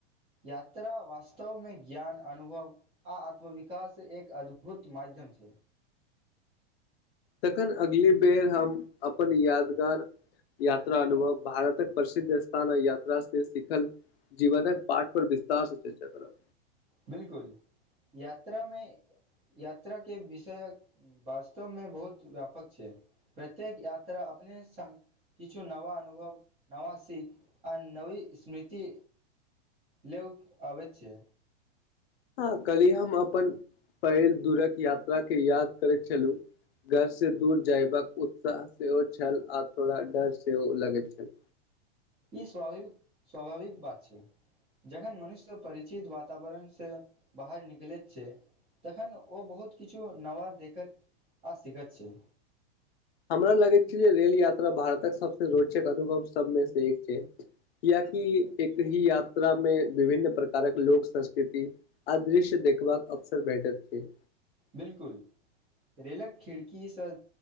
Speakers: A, on the right (about 15°); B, on the left (about 65°).
A: यात्रा वास्तवमे ज्ञान अनुभव। आ आत्मविकास एक अद्भुत मध्यम छै।
B: तखन अगली बेर हम अपन यादगार। यात्रा अनुभव भारतक प्रसिद्ध स्थान यात्रा से सिखल। जीवनक पाठ पर विस्तार सँ चर्चा करब
A: बिलकुल यात्रा मे यात्रा केँ विषयक वास्तव मे बहुत व्यापक छै प्रत्येक यात्रा अपने संग किछु नवा अनुभव नवा सीख आ नवी स्मृति। लेयोक आबैत छै।
B: हँ कल्हि हम अपन पहिल दूरक यात्रा केँ याद करैत छलुह घर से दूर जयबाक उत्साह सेहो छल आ थोड़ा डर सेहो लगैत छल।
A: इ स्वाभाविक- स्वाभाविक बात छै जखन मनुष्य परिचित वातावरण से बाहर निकलैत छै तखन ओ बहुत किछु नवा देखैत आ सिखैत छै
B: हमरा लगैत छै जे रेल यात्रा भारतक सबसे रोचक अनुभव सबमे से एक छै क्याकि एक ही यात्रा मे विभिन्न प्रकारक लोक संस्कृति आ दृश्य देखबाक अवशर भेटैत छैय
A: बिल्कुल रेलक खिड़की सँ